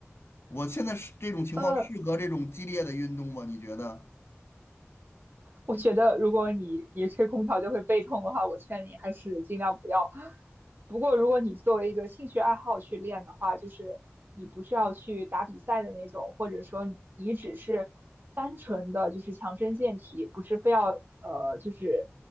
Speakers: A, on the left; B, on the right.
A: 我现在是这种情况适合这种激烈的运动吗？
B: 呃。
A: 你觉得？
B: 我觉得如果你你吹空调就会背痛的话，我劝你还是尽量不要。不过如果你作为一个兴趣爱好去练的话，就是你不是要去打比赛的那种，或者说你只是单纯的就是强身健体，不是非要呃就是